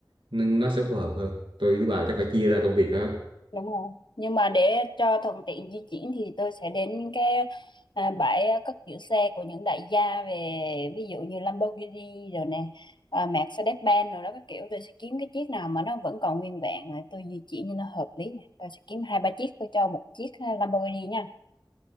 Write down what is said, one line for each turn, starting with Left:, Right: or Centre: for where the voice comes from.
Right: nên nó sẽ phù hợp hơn tôi với bà chắc phải chia ra công việc ha
Left: đúng rồi. Nhưng mà để cho thuận tiện di chuyển thì tôi sẽ đến cái à, bãi cất giữ xe của những đại gia về ví dụ như Lamborghini rồi nè, à, Mercedes-Benz rồi đó các kiểu tôi sẽ kiếm cái chiếc nào mà nó vẫn còn nguyên vẹn rồi tôi di chuyển cho nó hợp lý nè. Tôi sẽ kiếm hai ba chiếc tôi cho một chiếc à, Lamborghini nha.